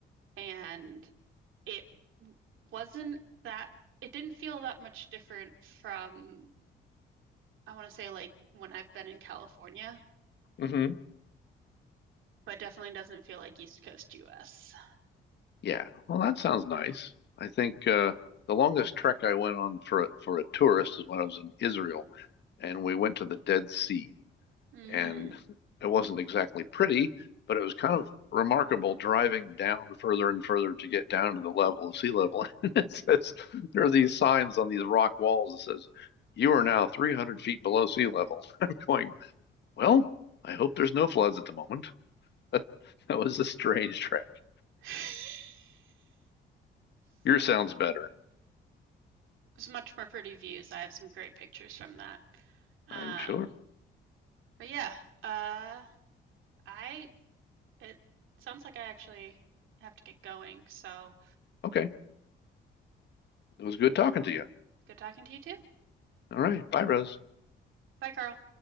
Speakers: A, on the right; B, on the left.
A: and it wasn't that. It didn't feel that much different from, I want to say, like when I've been in California,
B: Mm-hmm.
A: but definitely doesn't feel like East Coast US.
B: Yeah. Well, that sounds nice. I think uh, the longest trek I went on for a, for a tourist is when I was in Israel, and we went to the Dead Sea.
A: Mm.
B: and it wasn't exactly pretty, but it was kind of remarkable driving down further and further to get down to the level of sea level. <laughs> it says there are these signs on these rock walls that says you are now 300 feet below sea level. <laughs> I'm going, well, I hope there's no floods at the moment. <laughs> that was a strange trek.
A: <laughs>
B: Yours sounds better,
A: It was much more pretty views. I have some great pictures from that. Um,
B: I'm sure.
A: but yeah, uh, I it sounds like I actually have to get going, so
B: Okay, it was good talking
A: uh,
B: to you.
A: good talking to you too.
B: All right, bye, Rose.
A: Bye, Carl.